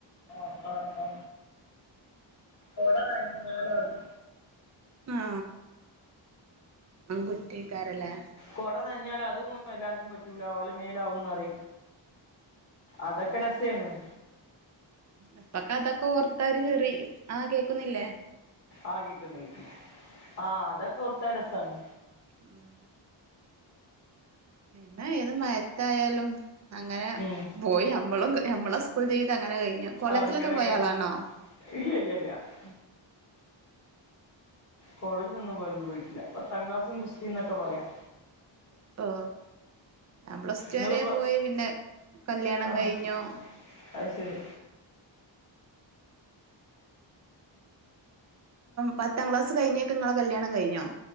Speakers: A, on the left; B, on the right.
A: ആ, ആ, ആ. കുട നനഞ്ഞാൽ അത്
B: ആ, അതും കുറ്റകാരം ലെ.
A: കുട ന ന്നഞ്ഞാൽ അതൊന്നും എല്ലാർക്കും പറ്റൂല. ഓലെ മേലാവുംന്ന് പറയും. അതൊക്കെ രസനും.
B: ഇപ്പൊക്കെ അതൊക്കെ ഓർത്താൽ ഒരു ചിരി ആ, കേക്കുന്നില്ലേ.
A: ആ, കേക്കുന്നുണ്ട്.. ആ, അതൊക്കെ ഓർത്ത രസമാണ്.
B: ഉം <inaudible> പിന്നെ ഏത് മഴ ത്തായാലും അങ്ങനെ
A: ഉം
B: പോയി നമ്മളും നമ്മളെ സ്കൂൾ സ്കൂൾ ജീവിതം അങ്ങനെ കഴിഞ്ഞു. കോളേജിലൊക്കെ
A: അങ്ങനെയൊക്കെ
B: പോയാളാണോ?
A: ഇല്ല ഇല്ല ഇല്ല <unintelligible> കോളേജിൽന്നും പോ പോയിട്ടില്ല. പത്താം ക്ലാസ്സും ഗുസ്ത്തി എന്നൊക്കെ പറയാം.
B: ഓ, ഞാൻ പ്ലസ് ടു
A: നിങ്ങള്
B: വരെ
A: പ്ല
B: പോയി. പിന്നെ കല്യാണം
A: ആഹ്
B: കഴിഞ്ഞു
A: അത് ശരി.
B: പത്താം ക്ലാസ് കഴിഞ്ഞേക്ക് നിങ്ങളെ കല്യാണം കഴിഞ്ഞോ?